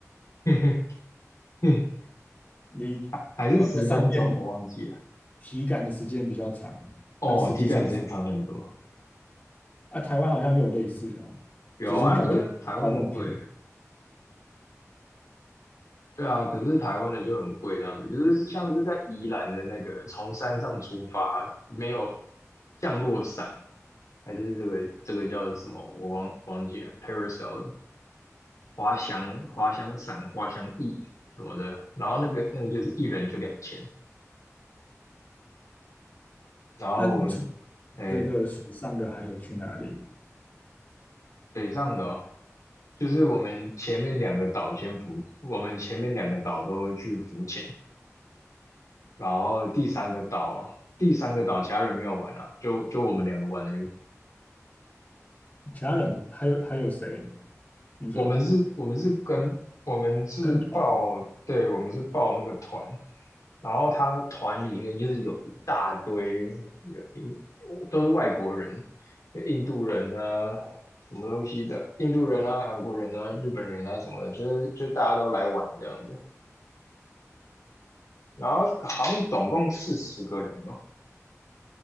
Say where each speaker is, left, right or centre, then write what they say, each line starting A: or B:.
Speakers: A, on the left; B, on the left.
A: <laughs> 嗯
B: 你呃在上面
A: 还是十分钟，我忘记了。
B: 体感的时间比较长，
A: 哦，
B: 但实际上是
A: 体感时间长很多。
B: 啊，台湾好像也有类似的哦，
A: 有啊，
B: 只是感觉它更便宜。
A: 可是台湾很贵。对啊，可是台湾的就很贵，这样子，就是像是在宜兰的那个从山上出发，没有降落伞，还是这个这个叫什么？我忘忘记了，parasail 滑翔滑翔伞、滑翔翼什么的。然后那个那个就是一人就两千。然后我们哎
B: 那除这个水上的还有去哪里？
A: 北上的哦就是我们前面两个岛先浮，我们前面两个岛都去浮潜，然后第三个岛，第三个岛其他人没有玩了，就就我们两个玩而已。
B: 其他人还有还有谁？你说还
A: 我们是，我们是跟我们是报，
B: 跟团吗？
A: 对，我们是报那个团，然后他团里面就是有一大堆，有一都是外国人，印度人啊，什么东西的，印度人啊，韩国人啊，日本人啊什么的，就是就是大家都来玩这样子。然后好像总共四十个人哦，